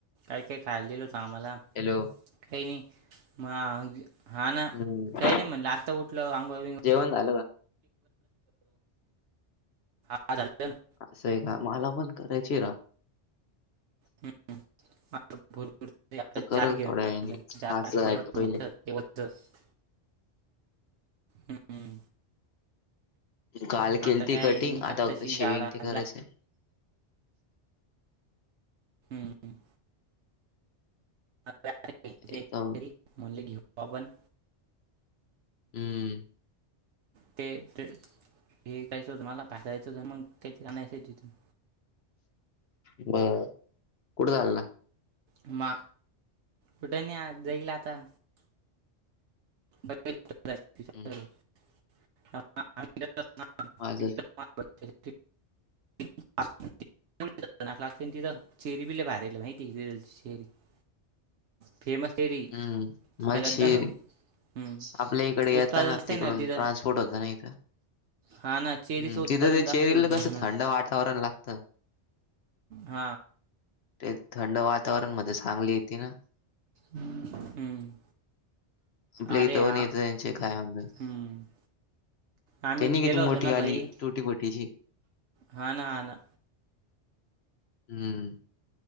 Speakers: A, on the right; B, on the left.
A: कायं -कायं खाल्लेलं होतं आम्हांला.
B: हॅलो.
A: काही नाही मग, हा ना
B: हम्म
A: काही नाही म्हणल आता उठल, अंगोळ -बिंगोळ
B: जेवण झाल का?
A: <unintelligible>
B: अस आहे का? मला पण करायची राव.
A: हम्म. <unintelligible>
B: आता करल थोड्या वेळाने क्लासला जायचं पहिले
A: हम्म
B: काल केल
A: आता काय
B: ती कटिंग,
A: मी आत्ताशी
B: आता फक्त
A: जार
B: शेविंग
A: आणला
B: ते करायच.
A: हम्म. <unintelligible>
B: एकदम
A: म्हणले घेऊ आपण.
B: हम्म.
A: ते- ते -हे कयचंतुम्हाला, पाययचं मग. <unintelligible>
B: बर, कुठे चालला?
A: म कुठे नाही? जाईला आता. <inaudible> <inaudible>
B: हम्म
A: ना लागत ना
B: माझं
A: ती तर चेरी भी लई भारी नाही चेरी. फेमस चेरी,
B: हम्म मलशेरी
A: सगळ्यात जास्त हम्म
B: आपल्या इकडे येत
A: उत्पादन
B: ना,
A: असते
B: तिकडून
A: तिथं
B: ट्रान्सपोर्ट होत ना, इथ.
A: हा ना चेरीचं
B: हम्म,
A: उत्पादन
B: तिथ ते
A: जास्त
B: चेरीला
A: आहे तिकडे
B: कस
A: म्हणून
B: थंड वातावरण लागत.
A: ह..
B: ते थंड वातावरण मध्ये चांगली येते ना.
A: हम्म.
B: आपल्या
A: अरे,
B: इथं
A: आ
B: पण येतं त्यांचे काय म्हणतात
A: हम्म. आम्ही
B: त्यांनी किती
A: गेलो होतो
B: मोठी
A: ना,
B: आली
A: भाई.
B: तुटी फुटीची
A: हा ना, हा ना.
B: हम्म.